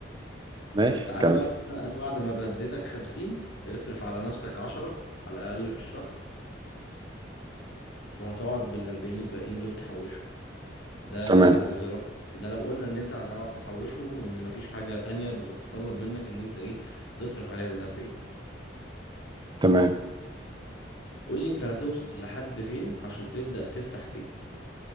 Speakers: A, on the right (about 25°); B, on the left (about 85°).
A: ماشي
B: طب تعالى
A: كويس
B: بقى انا بعد ما بديتك خمسين اصرف على نفسك عشرة على الأقل في الشهر وهتقعد بالأربعين الباقيين دول تحوشهم ده
A: تمام
B: على غرار ده لو قلنا إن أنت هتعرف تحوشهم وإن مفيش حاجة تانية بتتطلب منك إن أنت إيه تصرف عليها الأربعين
A: تمام
B: قول لي أنت هتوصل لحد فين عشان تبدأ تفتح بيت